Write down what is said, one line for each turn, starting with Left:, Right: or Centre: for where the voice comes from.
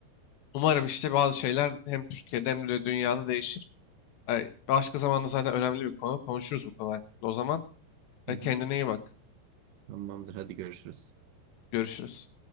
Left: Umarım işte bazı şeyler hem Türkiye'de hem de dünyada değişir. Eee, Başka zamanda zaten önemli bir konu. Konuşuruz bu konu hakkında. O zaman
Right: hı
Left: e,
Right: hı.
Left: kendine iyi bak.
Right: Tamamdır hadi görüşürüz.
Left: Görüşürüz.